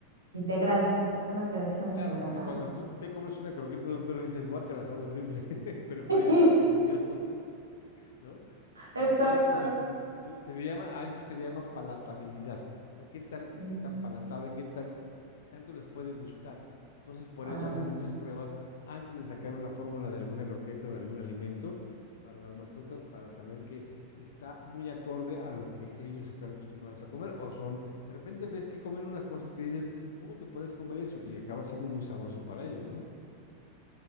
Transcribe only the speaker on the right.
integral, exacto, una atención
integral
a
la-
<laughs>
Exacto.
Mm,
ay,